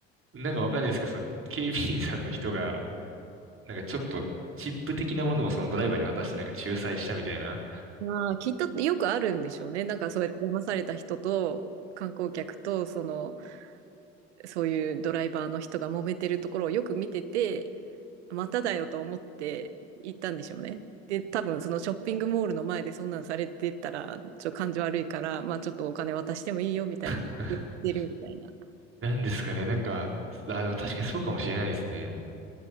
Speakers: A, on the right; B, on the right.
A: なんかわかんないですけど、その警備員さんの人が、なんかちょっとチップ的なものをそのドライバーに渡してなんか仲裁したみたいな。
B: まあ、きっとよくあるんでしょうね。なんかそうやって騙された人と観光客と、その、そういうドライバーの人が揉めてるところをよく見てて、まただよと思って行ったんでしょうね。で、多分そのショッピングモールの前でそんなんされてたら、ちょっと感じ悪いから、まあちょっとお金渡してもいいよみたいに言ってるみたいな。
A: <laughs> なんですかね、なんか、あ、でも確かにそうかもしれないですね。